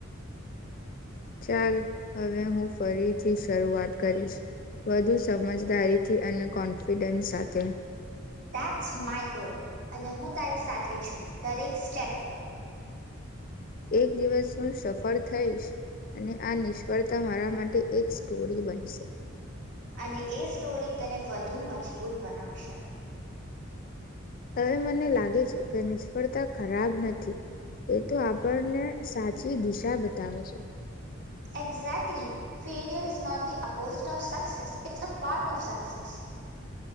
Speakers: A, on the left; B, on the right.
A: ચાલ હવે હું ફરીથી શરૂઆત કરીશ વધુ સમજદારીથી અને કોન્ફિડન્સ સાથે
B: ધેટ્સ માય ગર્લ અને હું તારી સાથે છું દરેક સ્ટેપ પર
A: એક દિવસ હું સફળ થઈશ અને આ નિષ્ફળતા મારા માટે એક સ્ટોરી બનશે
B: અને એ સ્ટોરી તેને વધુ મજબૂત બનાવશે
A: હવે મને લાગે છે કે નિષ્ફળતા ખરાબ નથી એ તો આપણને સાચી દિશા બતાવે છે
B: exactly failure is not the opposite of success it's a part of success